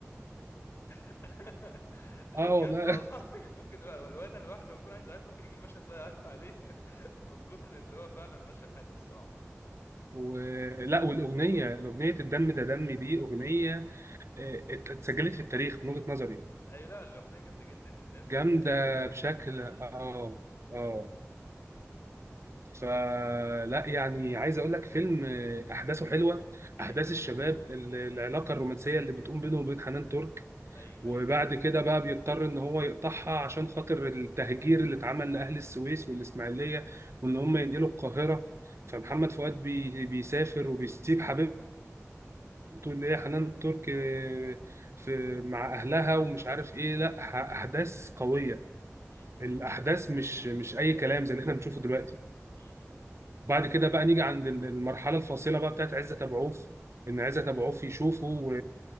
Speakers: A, on the left (about 50°); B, on the right (about 60°).
A: <laughs> ده
B: أه
A: بجد
B: والله
A: والله ممكن بقى- لو انا الواحد لما بكون عايز اعيط ممكن يجيب المشهد ده يعيط عليه <laughs> من كتر اللي هو فعلا مشهد حلو الصراحة
B: ولا والأغنية أغنية الدم ده دمي دي أغنية
A: أمم.
B: آه، ات- اتسجلت في التاريخ من وجهة نظري
A: ايوه لا الاغنيه جامده جدا الدم
B: جامدة
A: ده
B: بشكل
A: دمي
B: اه اه فلا يعني عايز اقول لك فيلم آه، احداثه حلوه
A: ايوه
B: احداث الشباب
A: لا حاجة.
B: ال- العلاقه الرومانسيه اللي بتقوم بينه وبين حنان ترك
A: ايوه
B: وبعد
A: ايوه ايوه
B: كده بقى بيضطر ان هو يقطعها عشان خاطر التهجير اللي اتعمل لاهل السويس والاسماعيليه وان هم ينقلوا القاهره فمحمد فؤاد بي بيسافر وبيسيب حبيبته اللي هي حنان ترك آه، في مع اهلها ومش عارف ايه لا ح- احداث قويه
A: امم
B: الاحداث مش مش اي كلام زي اللي احنا بنشوفه دلوقتي
A: امم
B: بعد كده بقى نيجي عند ال- المرحله الفاصله بقى بتاعت عزت ابو عوف ان عزت ابو عوف يشوفه و...